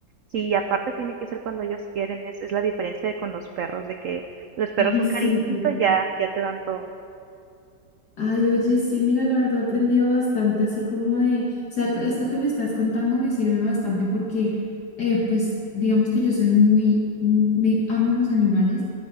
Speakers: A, on the right; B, on the left.
A: sí, aparte tiene que ser cuando ellos quieren, es, es la diferencia de con los perros, de que los perros
B: <laughs>
A: un
B: sí,
A: cariñito
B: total.
A: ya, ya te dan todo.
B: Ay, oye, sí, mira, la verdad he aprendido bastante, así como de, o sea, c- esto que me estás contando me sirve bastante porque, eh, pues, digamos que yo soy muy, mm, me amo los animales